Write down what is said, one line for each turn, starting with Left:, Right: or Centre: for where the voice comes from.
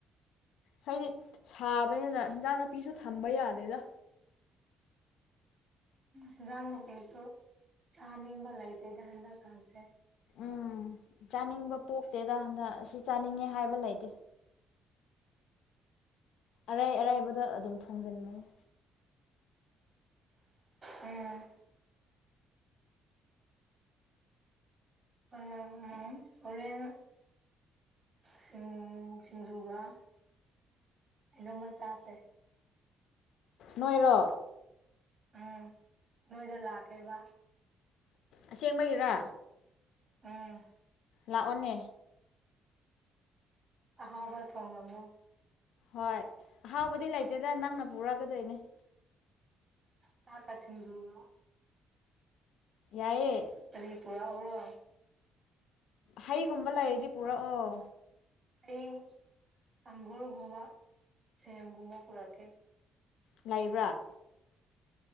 Left: ꯍꯥꯏꯗꯤ ꯁꯥꯕꯅꯤꯅ ꯍꯤꯟꯖꯥꯡ ꯅꯥꯄꯤꯁꯨ ꯊꯝꯕ ꯌꯥꯗꯦꯗ
Right: ꯍꯤꯟꯖꯥꯡ ꯅꯄꯤꯁꯨ ꯆꯥꯅꯤꯡꯕ ꯂꯩꯇꯦꯗ ꯍꯟꯗꯛ ꯀꯥꯟꯁꯦ
Left: ꯎꯝ ꯆꯥꯅꯤꯡꯕ ꯄꯣꯛꯇꯦꯗ ꯍꯟꯗꯛ ꯁꯤ ꯆꯥꯅꯤꯡꯉꯦ ꯍꯥꯏꯕ ꯂꯩꯇꯦ ꯑꯔꯩ ꯑꯔꯩꯕꯗꯣ ꯑꯗꯨꯝ ꯊꯣꯡꯖꯟꯕꯅꯦ
Right: ꯎꯝ ꯎꯝ ꯎꯝ ꯍꯣꯔꯦꯟ ꯁꯤꯡ ꯁꯤꯡꯖꯨꯒ ꯏꯔꯣꯝꯕ ꯆꯥꯁꯦ
Left: ꯅꯣꯏꯔꯣ
Right: ꯎꯝ ꯅꯣꯏꯗ ꯂꯥꯛꯀꯦꯕ
Left: ꯑꯁꯦꯡꯕꯒꯤꯔꯥ
Right: ꯎꯝ
Left: ꯂꯥꯛ ꯑꯣꯅꯦ
Right: ꯑꯍꯥꯎꯕ ꯊꯣꯡꯉꯝꯃꯣ
Left: ꯍꯣꯏ ꯑꯍꯥꯎꯕꯗꯤ ꯂꯩꯇꯦꯗ ꯅꯪꯅ ꯄꯨꯔꯛꯒꯗꯣꯏꯅꯦ
Right: ꯆꯛꯀꯥ ꯁꯤꯡꯖꯨꯔꯣ
Left: ꯌꯥꯏꯌꯦ
Right: ꯀꯔꯤ ꯄꯨꯔꯥꯛ ꯎꯔꯣ
Left: ꯍꯩꯒꯨꯝꯕ ꯂꯩꯔꯗꯤ ꯄꯨꯔꯛꯑꯣ
Right: ꯑꯩ ꯑꯪꯒꯨꯔꯒꯨꯝꯕ ꯁꯦꯝꯒꯨꯝꯕ ꯄꯨꯔꯛꯀꯦ
Left: ꯂꯩꯕ꯭ꯔꯥ